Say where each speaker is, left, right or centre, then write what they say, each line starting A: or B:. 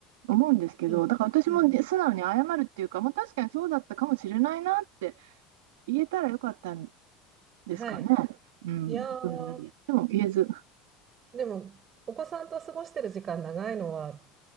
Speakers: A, on the right; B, on the right.
A: 思うんですけど、
B: うん。
A: だから私もで素直に謝るっていうか、
B: うん。
A: もう確かにそうだったかもしれないなって言えたらよかったんですかね。
B: はい。
A: うん、
B: いやー
A: それまで。でも言えず、
B: でも、お子さんと過ごしてる時間長いのは、